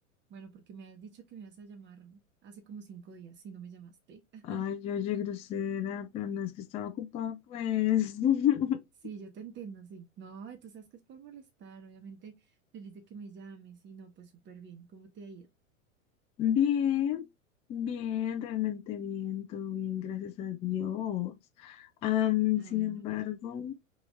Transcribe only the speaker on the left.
Ay, yo oye, grosera, pero no es que estaba ocupada, pues. <laughs>
Bien, bien, realmente bien, todo bien, gracias a Dios. Am,
sin
embargo,